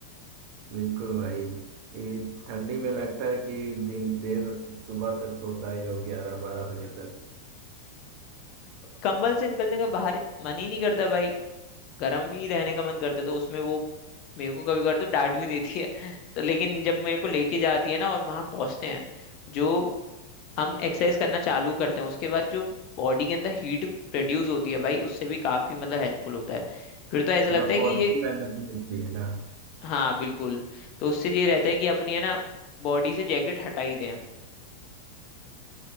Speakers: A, on the right; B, on the left.
A: बिल्कुल भाई ये ठंडी में लगता है कि दिन देर सुबह तक सोता ही रहो ग्यारह बारह बजे तक
B: कंबल से निकलने का बाहर मन ही नहीं करता भाई गर्म ही रहने का मन करता है तो उसमें वो मेरे को कभी कभार तो डांट भी देती है <laughs> तो लेकिन जब मेरे को लेके जाती है ना और वहां पहुंचते हैं जो हम एक्सरसाइज करना चालू करते हैं उसके बाद जो बॉडी के अंदर हीट प्रोड्यूस होती है भाई उससे भी काफी मतलब हेल्पफुल होता है फिर तो ऐसा
A: मतलब
B: लगता है
A: पॉजिटिव
B: कि ये
A: एनर्जी मिलती है ना
B: हाँ बिल्कुल तो उससे ये रहता है कि अपनी है ना बॉडी से जैकेट हटा ही दें